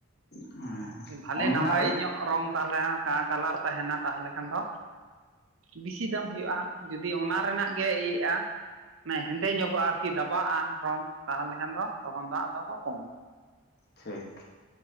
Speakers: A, on the left (about 50°); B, on the right (about 65°).
A: ᱦᱮᱸ
B: ᱵᱷᱟᱹᱞᱤ
A: ᱚᱱᱟ
B: ᱱᱟᱯᱟᱭ
A: ᱨᱮ
B: ᱧᱚᱜ ᱨᱚᱝ ᱛᱟᱦᱚᱞᱮ ᱠᱟᱞᱟᱨ ᱛᱟᱦᱮᱱᱟ ᱛᱟᱦᱚᱞᱮ ᱠᱷᱟᱱ ᱫᱚ ᱵᱮᱥᱤ ᱫᱟᱢ ᱦᱩᱭᱩᱜᱼᱟ ᱡᱩᱫᱤ ᱚᱱᱟ ᱨᱮᱱᱟᱜ ᱜᱮ ᱤᱭᱟᱹᱜᱼᱟ ᱢᱟᱱᱮ ᱦᱮᱸᱫᱮ ᱧᱚᱜᱚᱜᱼᱟ ᱠᱤ ᱫᱟᱵᱟᱜᱼᱟ ᱨᱚᱝ ᱛᱟᱦᱚᱞᱮ ᱠᱷᱟᱱ ᱫᱚ ᱛᱚᱠᱷᱚᱱ ᱫᱚ ᱟᱫᱚ ᱠᱚ ᱠᱚᱢᱟ,
A: ᱴᱷᱤᱠ